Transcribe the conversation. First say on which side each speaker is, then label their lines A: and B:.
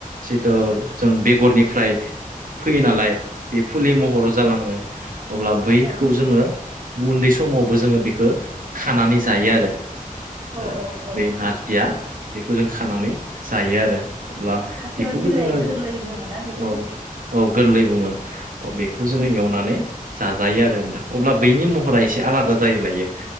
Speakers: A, on the right (about 70°); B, on the right (about 45°).
A: जिथु जों बेगरनिफ्राय फैयो नालाय
B: औ
A: बे फुलि महर जालाङो अब्ला बैखौ
B: औ
A: जोङो उन्दै समावबो जोङो बेखो खानानै जायो आरो ओ
B: औ औ
A: बे आर दिया बेखौ जों खानानै जायो आरो। अब्ला
B: औ फाथो
A: बेखौबो
B: बिलाइ
A: जोङो
B: गोरलै बुङो ना बेखौ।
A: औ औ गोरलै बुङो औ बेखौ जोङो एवनानै जाजायो आरो नोंथां अब्ला बैनि महरा एसे आलादा जायो लायो